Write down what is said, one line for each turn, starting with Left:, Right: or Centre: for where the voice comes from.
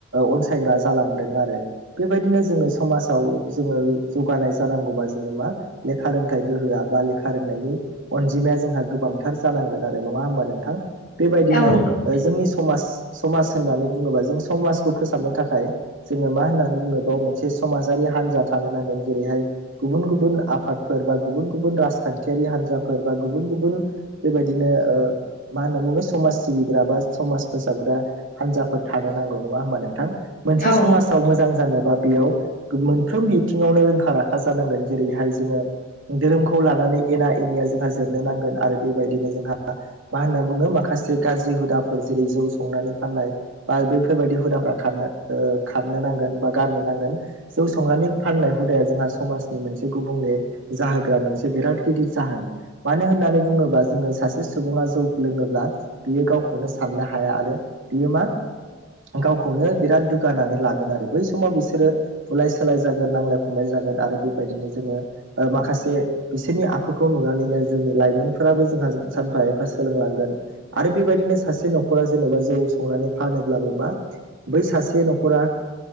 Right: अनसायग्रा जालांदों आरो बेबायदि जो समाव जोङो जौगानाय जानांगौबा जोङो मा लेखा रोंथाइ गोहोआ रोंनायनि अनजिमाया जोंहा गोबांथार जालांगोन आरो नङा होनबा नोंथां? बेबायदिनो
Left: औ नंगौ
Right: जोंनि समाज समाज होननानै बुङोबा जों समाजखौ फोसाबनो थाखाय जोङो मा होननानै बुङो बाव मोनसे समाजारि हनजा थानो नांगोन जेरैहाय गुबुन गुबुन आफादफोर बा गुबुन गुबुन राजखान्थिारि हान्जाफोर गुबुन गुबुन बेबायदिनो ओ मा होनना बुङो समाज सिबिग्रा बा समाज फोसाबग्रा हान्जाफोर थानो नांगौ नङा होमबा नोंथां? मोनसे
Left: औ
Right: समाजाव
Left: नंगौ
Right: मोजां जानोबा बेयाव मोनफ्रोम बिथिङावनो रोंखा राखा जानांगोन जेरैहाय जोङो धोरोमखौ लानानै एना एनिया जोंहा जोबनो नांगोन आरो बेबायदिनो जोंहा मा होनना बुङो माखासे जे गाज्रि हुदाफोर जेरै जौ संनानै फाननाय बा बैफोरबायाददि हुदाफ्रोरा खारनो ओ खारनो नांगोन बा गारनो नांगोन जौ संनानै फाननाय हुदाया जोंहा समाजनि मोनसे गुबुंले जाहोन मोनसे बिराद गिदिर जाहोन मानो होननानै बुङोबा जोङो सासे सुबुङा जौ लोङोब्ला बेयो गावखौनो साननो हाया आरो बियो मा गावखौनो बिराद दुगानानै लागोन आरो बै समाव बिसोरो बुलाय सोलाय जागोन नांलाय खमलाय जागोन आरो बेबायदिनो जोङो माखासे बिसोरनि आखुखौ नुनानैनो जोंनि लाइमोनफोराबो जों जोंहा सानफा एफा सोलोंलांगोन आरो बेबायदिनो सासे न'खरा जेनेबा जौ संनानै फानोब्लाबो मा बै सासे न'खरा